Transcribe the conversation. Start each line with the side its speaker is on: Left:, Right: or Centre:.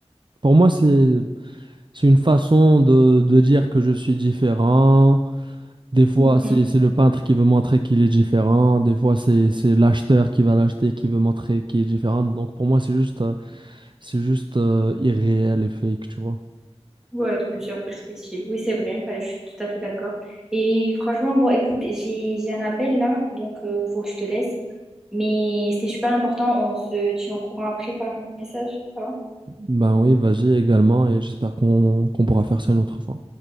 Right: Pour moi, c'est c'est une façon de, de dire que je suis différent. Des fois,
Centre: Mhm.
Right: c'est c'est le peintre qui veut montrer qu'il est différent. Des fois, c'est c'est l'acheteur qui va l'acheter qui veut montrer qu'il est différent. Donc pour moi, c'est juste euh, c'est juste euh, irréel et fake, tu vois.
Centre: Ouais, de plusieurs perspectives. Oui, c'est vrai. Bah, je suis tout à fait d'accord. Et franchement, bon, écoute, j'ai, j'ai un appel là, donc euh, faut que je te laisse. Mais c'était super important. On se tient au courant après par message, ça va?
Right: Ben oui, vas-y également et j'espère qu'on qu'on pourra faire ça une autre fois.